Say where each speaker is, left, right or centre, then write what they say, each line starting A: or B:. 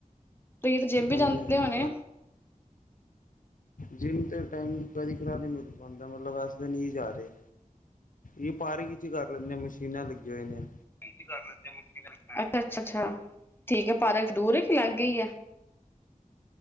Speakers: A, on the left; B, on the left.
A: ਤੁਹੀ ਤੇ ਜਿਮ ਵੀ
B: ਹਾਂਜੀ
A: ਜਾਂਦੇ
B: ਹਾਂਜੀ
A: ਹੋਨੇ?
B: ਜਿਮ ਤੇ ਟਾਈਮ ਕਦੀ ਕਦਾਰ ਨੀ ਮਿਲ ਪਾਂਦਾ ਮਤਲਬ ਅੱਜ ਤੇ ਨੀ ਜਾ ਰੇ। ਈ ਪਾਰਕ ਇੱਚ ਈ ਕਰ ਲੈਂਨੇ ਆਂ, ਮਸ਼ੀਨਾਂ ਲੱਗਿਆਂ ਹੋਈ ਨੇ।
A: ਅੱਛਾ, ਅੱਛਾ-ਅੱਛਾ, ਠੀਕ ਹੈ। ਪਾਰਕ ਦੂਰ ਏ ਕੇ ਲਾਗੇ ਹੀ ਏ?